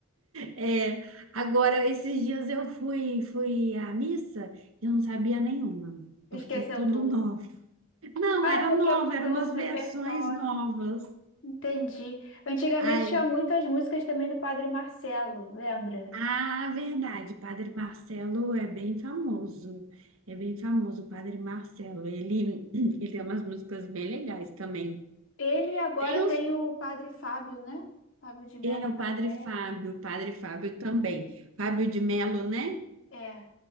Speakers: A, on the right; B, on the left.
A: É, agora, esses dias eu fui, fui à missa e eu não sabia nenhuma,
B: Esqueceu
A: porque é tudo
B: tudo.
A: novo. Não,
B: Ah,
A: era
B: porque
A: nova,
B: mudou
A: eram umas
B: o
A: versões
B: repertório.
A: novas.
B: Entendi. Antigamente
A: Ai,
B: tinha muitas músicas também do Padre Marcelo, lembra?
A: ah, verdade, Padre Marcelo é bem famoso. É bem famoso o Padre Marcelo. Ele, <clears throat> ele tem umas músicas bem legais também.
B: Ele agora
A: Tem
B: tem
A: os,
B: o Padre Fábio, né? Fábio de Melo
A: é, o
B: também.
A: Padre Fábio, o Padre Fábio também. Fábio de Melo, né?
B: É,